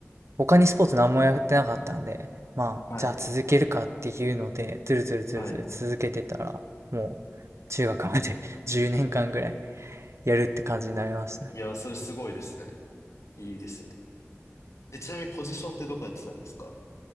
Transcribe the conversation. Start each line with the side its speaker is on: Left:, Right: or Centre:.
Right: 他にスポーツ何もやってなかったんで、まあ、
Left: はい、
Right: じゃあ続けるかっていうので、ずるずるずるずる続けてたら、
Left: はい。
Right: もう中学まで <laughs> 10年間ぐらいやるって感じになりましたね。
Left: いや、それすごいですね。いいですね。え、ちなみにポジションってどこやってたんですか